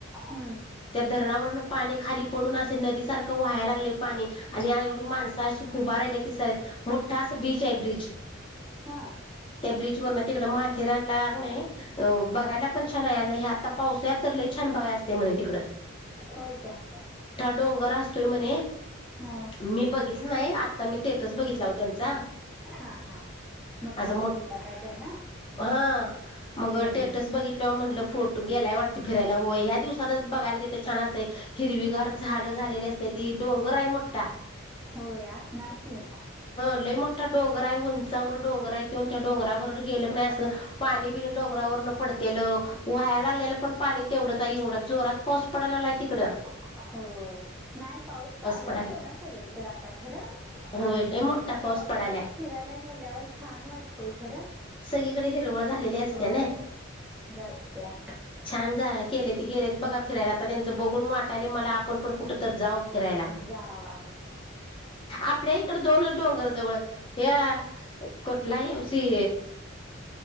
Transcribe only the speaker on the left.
धरणावरून पाणी खाली पडून असे नदीसारखं वाहाय लागलय पाणी आणि एवढी माणसं अशी फुभार राहिली तिस मोठा अस बीच आहे ब्रिज
त्या ब्रिज वर तिकड माथेरानला क नई
बघायला पण छान आहे आणि आता पावस तर छान काय असते म्हणे तिकड
डोंगर असतोय म्हणे
मी बघितलं नाही आता मी स्टेटस बघितला ओ त्यांचा
असं
मोठा
हा मग
टेटस बघितलं म्हटलं फोटो ग्यालाय वाटत. फिरायला होय ह्या दिवसातच बघायला तिथे छान असत हिरवीगार झाडं झालेली असते ती डोंगर आहे मोठी कत्ठता <inaudible>
लय मोठा डोंगर आहे उंचावर डोंगर आहे ते त्या डोंगरावर गेलं नाही असं पाणी बिनी डोंगरावरन पडते. व्हायला लागलेलं पण पाणी तेवढंच आहे एवढं जोरात पाऊस पडयला लागलाय तिकड.
पडायलाय
होय
लय मोठा पाऊस
पडायलाय
हिरवळ झाली असते
नई
छान झ केले ते गेलेत बघा फिरायला आता त्यांचं बघून वाटाय मला आपण पण कुठं तर जाऊ. फिरायला
आपल्या इकडे दोनच डोंगर जाऊ ह कुठला ह्यो सी